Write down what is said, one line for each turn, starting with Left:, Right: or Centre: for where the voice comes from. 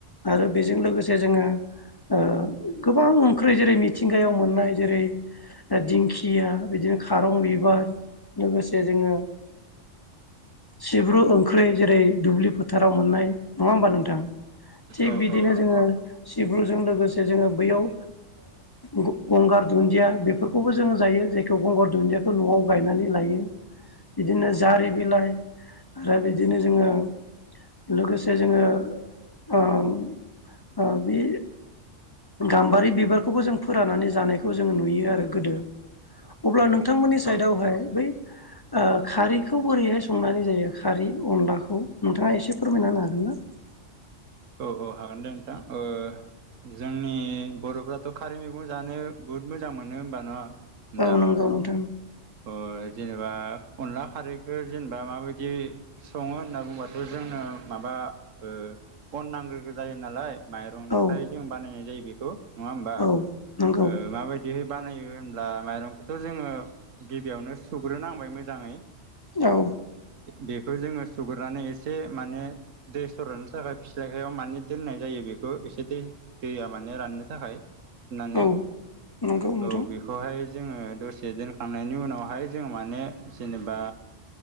Left: आरो बेजों लोगोसे जोङो ओ गोबां ओंख्रि जेरै मिथिंगायाव मोननाय जेरै दिंखिया बिदिनो खारं बिबार लोगोसे जोङो सिब्रु ओंख्रै जेरै दुब्लि फोथाराव मोननाय नङा होमबा नोंथां थिग
Right: औ
Left: बिदिनो जोङो सिब्रुजों लोगोसे जोङो बैयाव ओ गंगार दुन्दिया बेफोरखौबो जोङो जायो जायखौ गंगार दुन्दियाखौ न'आव गायनानै लायो बिदिनो जारि बिलाइ आरो बिदिनो जोङो लोगोसे जोङो ओम ओ बे गाम्बारि बिबारखौबो जों फोराननानै जानायखौ जों नुयो आरो गोदो अब्ला नों थांमोननि साइडआवहाय
Right: औ
Left: बै ओ खारैखौ बोरैहाय संनानै जायो खारै अनलाखौ नोंथाङा एसे फोरमायना होनो हागोनना ना
Right: औ औ हागोन दे नोंथां ओ जोंनि बर'फ्राथ' खारै मैगं जानो बुहुद मोजां मोनो होमबा न' नोंथां
Left: औ नंगौ नोंथां
Right: ओ जेनेबा अनला खारैखौ जेनेबा माबायदि सङो होनना बुंबाथाय जोंनो माबा ओ अन नांग्रोगो जायो नालाय माइरंनिफ्राय
Left: औ
Right: जों बानायनाय जायो बेखौ नङा होमबा
Left: औ नंगौ
Right: ओ माबायदिहै बानायो होनब्ला माइरंखौथ' जोङो गिबियावनो सुग्रोनांबाय मोजाङै
Left: औ
Right: बेखौ जोङो सुग्रोनानै एसे माने दै सरनो थाखाय फिथ्लायखायाव माने दोननाय जायो बेखौ एसे दै दैया मानो राननो थाखाय नानै
Left: औ नंगौ नोंथां
Right: औ बेखौहाय जोङो दसे दोनखांनायनि उनावहाय जोंङो माने जेनेबा